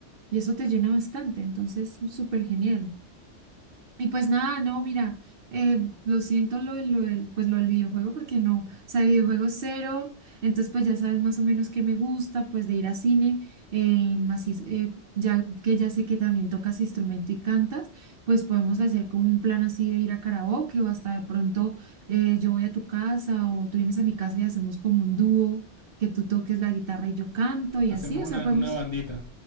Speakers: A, on the right; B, on the left.
A: y eso te llena bastante. Entonces, súper genial. Y pues nada, no, mira, eh, lo siento lo, del- lo del, pues lo del videojuego porque no, o sea, videojuego cero, entonces pues ya sabes más o menos qué me gusta, pues de ir a cine, eh, más is- eh, ya que ya sé que también tocas instrumento y cantas, pues podemos hacer como un plan así de ir a karaoke o hasta de pronto eh, yo voy a tu casa o tú vienes a mi casa y hacemos como un dúo, que tú toques la guitarra y yo canto y
B: hacemos
A: así, o
B: una,
A: sea, podemos
B: una bandita.